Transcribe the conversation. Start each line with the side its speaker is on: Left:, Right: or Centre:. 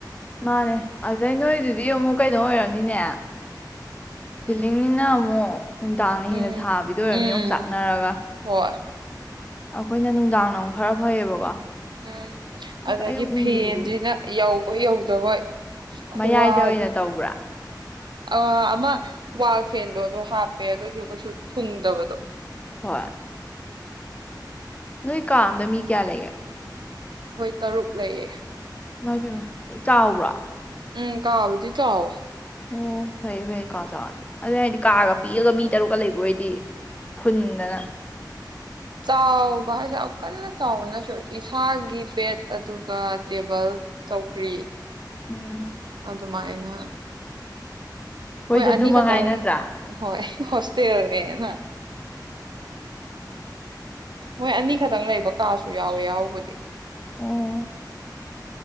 Left: ꯃꯥꯅꯦ ꯑꯗꯩꯅꯣꯏꯗꯨꯗꯤ ꯑꯃꯨꯛ ꯀꯩꯅꯣ ꯑꯣꯏꯔꯝꯅꯤꯅꯦ ꯁꯤꯂꯤꯡꯅꯤꯅ ꯑꯃꯨꯛ ꯅꯨꯡꯗꯥꯡꯅ
Right: ꯎꯝ
Left: ꯍꯦꯟꯅ ꯁꯥꯕꯤꯗ ꯑꯣꯏꯔꯝꯅꯤ
Right: ꯎꯝ
Left: ꯑꯣꯝ ꯆꯥꯛꯅꯔꯒ꯫
Right: ꯍꯣꯏ
Left: ꯑꯩꯈꯣꯏꯅ ꯅꯨꯡꯗꯥꯡ ꯅ ꯑꯃꯨꯛ ꯈꯔ ꯐꯩꯌꯦꯕꯀꯣ꯫
Right: ꯎꯝ
Left: ꯑꯁ
Right: ꯑꯗꯒꯤ
Left: ꯑꯌꯨꯛ ꯅꯨꯡꯊꯤꯟꯒꯤꯗꯤ
Right: ꯐꯦꯟꯁꯤꯅ ꯌꯥꯎ ꯕꯣꯏ ꯌꯧꯗꯕꯣꯏ꯫ ꯈꯨꯋꯥꯗꯤ
Left: ꯃꯌꯥꯏꯗ ꯑꯣꯏꯅ ꯇꯧꯕ꯭ꯔꯥ
Right: ꯑ ꯑꯃ ꯋꯥꯜ ꯐꯦꯟꯗꯣ ꯑꯗꯨ ꯍꯥꯞꯄꯦ ꯑꯗꯨꯁꯨ ꯀꯩꯁꯨ ꯊꯨꯡꯗꯕꯗꯣ꯫
Left: ꯍꯣꯏ꯫ ꯅꯣꯏ ꯀꯥ ꯑꯝꯗ ꯃꯤ ꯀꯌꯥ ꯂꯩꯒꯦ?
Right: ꯈꯣꯏ ꯇꯔꯨꯛ ꯂꯩꯌꯦ꯫
Left: ꯏꯃꯥꯏꯄꯦꯝꯃꯥ ꯆꯥꯎꯕ꯭ꯔꯥ?
Right: ꯎꯝ ꯀꯥꯕꯨꯗꯤ ꯆꯥꯎꯏ꯫
Left: ꯑꯣ ꯐꯩꯌꯦ ꯐꯩꯌꯔ ꯀꯥ ꯆꯥꯎꯔꯗꯤ꯫ ꯑꯗꯨ ꯍꯥꯏꯗꯤ ꯀꯥꯒ ꯄꯤꯛꯑꯒ ꯃꯤ ꯇꯔꯨꯛꯀ ꯂꯩꯕ ꯑꯣꯏꯗꯤ ꯐꯨꯟꯗꯅ
Right: ꯆꯥꯎꯕ ꯍꯥꯏꯁꯦ ꯌꯥꯝ ꯀꯟꯅ ꯆꯥꯎꯕꯅꯁꯨ ꯏꯁꯥꯒꯤ ꯕꯦꯠ ꯑꯗꯨꯒ ꯇꯦꯕꯜ, ꯆꯧꯀ꯭ꯔꯤ
Left: ꯎꯝ
Right: ꯑꯗꯨ ꯃꯥꯏꯅꯥ
Left: ꯍꯣꯏꯗ
Right: ꯍꯣꯏ ꯑꯅꯤ
Left: ꯑꯗꯨ ꯃꯉꯥꯏ
Right: ꯈꯛꯇꯪ
Left: ꯅꯠꯇ꯭ꯔꯥ
Right: ꯍꯣꯏ ꯍꯣꯁꯇꯦꯜ ꯅꯦꯅ ꯍꯣꯏ ꯑꯅꯤ ꯈꯛꯇꯪ ꯂꯩꯕ ꯀꯥꯁꯨ ꯌꯥꯎꯋꯦ ꯌꯥꯎꯕꯗꯤ꯫
Left: ꯑꯣ